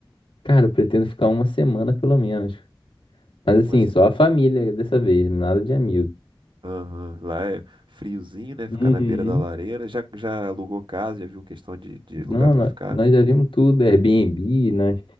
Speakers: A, on the left (about 85°); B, on the right (about 65°).
A: Cara, eu pretendo ficar uma semana pelo menos. Mas assim,
B: Uma semana.
A: só a família dessa vez, nada de amigo.
B: Aham. Lá é friozinho, né?
A: Uhum.
B: Ficar na beira da lareira. Já, já alugou casa, já viu questão de, de lugar
A: Não,
B: pra
A: nó-
B: ficar.
A: nós, já vimos tudo, Airbnb, nós,